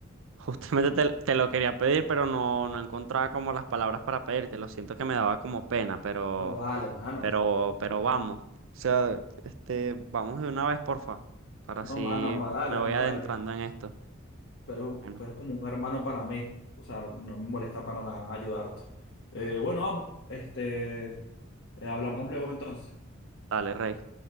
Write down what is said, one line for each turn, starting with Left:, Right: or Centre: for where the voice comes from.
Right: Justamente te, te lo quería pedir, pero no, no encontraba como las palabras para pedirte. Lo siento que me daba como pena, pero,
Left: No, vale, mano.
Right: pero, pero vamos. O sea, este, vamos de una vez, porfa, para
Left: No,
Right: así
Left: mano, vamos a darle,
Right: me
Left: vamos
Right: voy adentrando
Left: a darle.
Right: en esto.
Left: Tú eres, un-
Right: Bueno,
Left: tú eres como un hermano para mí. O sea, no me molesta para nada ayudarte. Eh, bueno, vamos. Este, eh, hablamos luego entonces.
Right: dale, Rey.